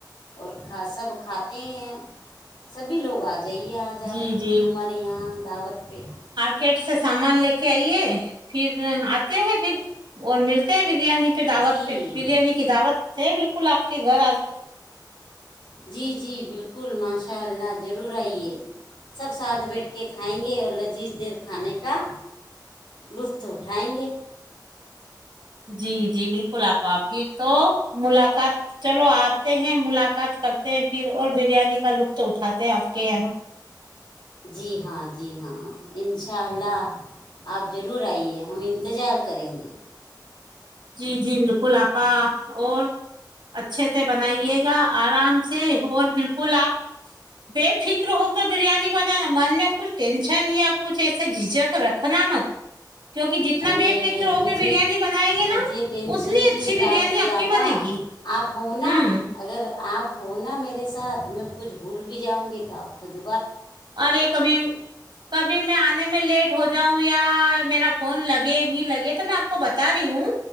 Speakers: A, on the left; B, on the right.
A: اور کھا سب کھاتے ہیں سبھی لوگ آجے جائیے آج
B: جی
A: آپ
B: جی
A: ہمارے یہاں دعوت پہ
B: کٹ سے سامان لے کے آئیے پھر آتے ہیں پھر اور ملتے ہیں بریانی پہ دعوت
A: جی
B: پہ بریانی کی دعوت ہے بالک کل آپ کے گھر آ
A: جی جی بالکل ماس ان شاء اللہ ضرور آئیے سب ساتھ بیٹھ کے کھائیں گے اور لذیذ دیر کھانے کا لطف اٹھائیں گے
B: جی جی بالکل آپ پھر تو ملاقات چلو آتے ہیں ملاقات کرتے ہیں پھر اور بریانی کا لطف اٹھاتے ہیں آپ کے یہاں
A: جی ہاں جی ہاں ان شاء اللہ آپ ضرور آئیے ہم انتظار کریں گے
B: جی جی بالکل آپا اور اچھے سے بنائیے گا آرام سے اور بالکل آپ بے فکر ہو کر بریانی بنانا من میں کچھ ٹینشن یا کچھ ایسے جھجھک رکھنا مت کیوںکہ جتنا
A: ارے
B: بے فکر
A: مجھے
B: ہو کر بریانی بنائیں گے
A: مجھے
B: نا
A: ٹینشن
B: اتنی
A: کس
B: اچھی بریانی
A: بات کی
B: آپ
A: آپا
B: بنے گی
A: آپ ہو نا
B: ہوں
A: اگر آپ ہو نا میرے ساتھ میں کچھ بھول بھی جاؤں گی تو آپ خود
B: اوررے کبھی کبھی میں آنے میں لیٹ ہو جاؤں یا میرا فون لگے نہیں لگے تو میں آپ کو بتا رہی ہوں